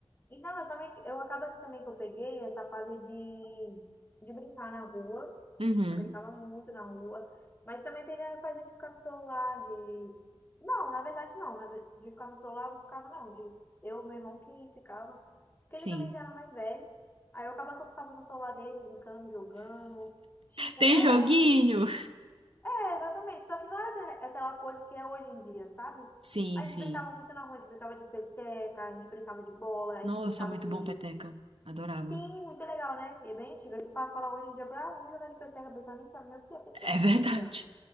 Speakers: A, on the left (about 20°); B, on the right (about 75°).
A: Então, eu também, eu acaba que também que eu peguei essa fase de, de brincar na rua.
B: Uhum.
A: Eu brincava muito na rua, mas também peguei a fase de ficar no celular, de... Não, na verdade não, na ve- de ficar no celular eu não ficava não, de eu, meu irmão que ficava, porque
B: Sim.
A: ele também já era mais velho. Aí eu acabava que eu ficava no celular dele, brincando, jogando, tipo,
B: Tem
A: é,
B: joguinho.
A: é, exatamente. Só que não era aquela aquela coisa que é hoje em dia, sabe?
B: Sim,
A: A
B: sim.
A: gente brincava muito na rua, a gente brincava de peteca, a gente brincava de bola, a
B: Nossa,
A: gente brincava
B: muito
A: de.
B: bom, peteca. adorava
A: Sim, muito legal, né? E é bem antiga. Tu fala, fala hoje em dia, ah, vamos jogar de peteca, a pessoa nem sabe nem o que é peteca,
B: É verdade.
A: criança.